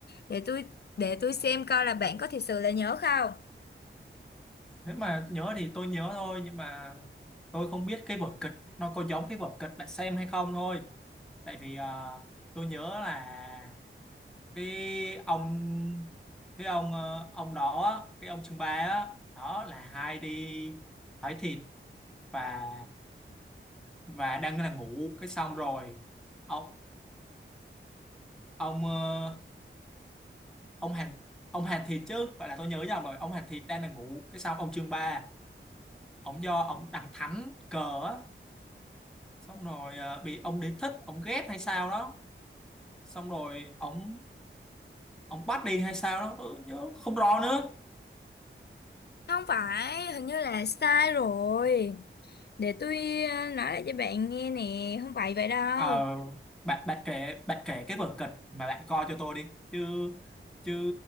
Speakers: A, on the left; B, in the centre.
A: để tôi để tôi xem coi là bạn có thật sự là nhớ không?
B: nếu mà nhớ thì tôi nhớ thôi nhưng mà tôi không biết cái vở kịch nó có giống cái vở kịch bạn xem hay không thôi tại vì à, tôi nhớ là cái ông cái ông ờ, ông đó á, cái ông Trương Ba á đó là hai đi hỏi thịt và và đang là ngủ cái xong rồi ông ông ờ, ông Hàn ông Hàn Thịt chứ vậy là tôi nhớ nhầm rồi ông Hàn Thịt đang là ngủ cái xong ông Trương Ba ông do ông đằng thánh cờ á xong rồi à, bị ông đế thích ông ghét hay sao đó xong rồi ông ông bắt đi hay sao đó tôi nhớ không rõ nữa
A: Không phải, hình như là sai rồi. Để tôi ờ, nói lại cho bạn nghe nè, không phải vậy đâu.
B: ờ bạn bạn kể bạn kể cái vở kịch mà bạn coi cho tôi đi chứ chứ